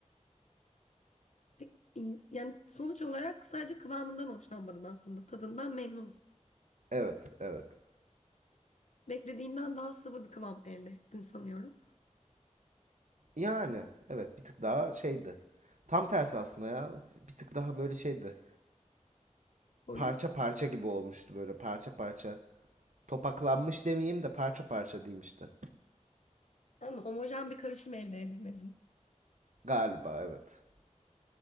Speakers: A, on the left (about 65°); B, on the right (about 75°).
A: Peki, e, yani sonuç olarak sadece kıvamından hoşlanmadın aslında. Tadından memnunsun.
B: Evet, evet.
A: Beklediğinden daha sıvı bir kıvam elde ettin sanıyorum.
B: Yani evet bir tık daha şeydi. Tam tersi aslında ya. Bir tık daha böyle şeydi.
A: Koyu.
B: Parça parça gibi olmuştu böyle parça parça. Topaklanmış demeyeyim de parça parça diyeyim işte.
A: Ama homojen bir karışım elde edemedin.
B: Galiba evet.